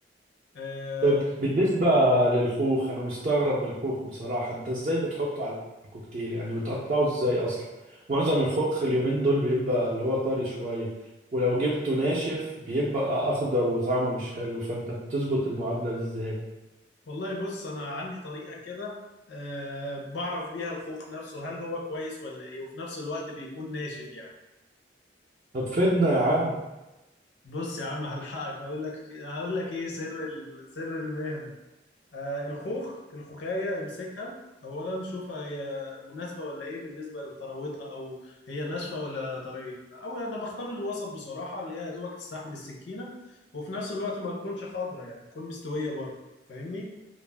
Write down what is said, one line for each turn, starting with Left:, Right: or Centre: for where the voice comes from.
Left: آه،
Right: طب بالنسبة للخوخ انا مستغرب من الخوخ بصراحة انت ازاي بتحطه على الكوكتيل يعني بتقطعه ازاي اصلا معظم الخوخ اليومين دول بيبقى اللي هو طري شوية ولو جبته ناشف بيبقى اخضر وطعمه مش حلو فانت بتظبط المعادلة دي ازاي
Left: والله بص انا عندي طريقه كده أه بعرف بيها الخوخ نفسه هل هو كويس ولا ايه وفي نفس الوقت بيكون ناشف يعني
Right: طب فيدنا يا عم
Left: بص يا عم هلحقك هقول لك هقول لك ايه سر ال... سر المهنه أه الخوخ الخوخايه امسكها اولا شوفها هي مناسبه ولا ايه بالنسبه لطراوتها او هي ناشفه ولا طريه او انا بختار الوسط بصراحه اللي هي يا دوبك تستحمل السكينه وفي نفس الوقت ما تكونش خضره يعني تكون مستويه برضه فاهمني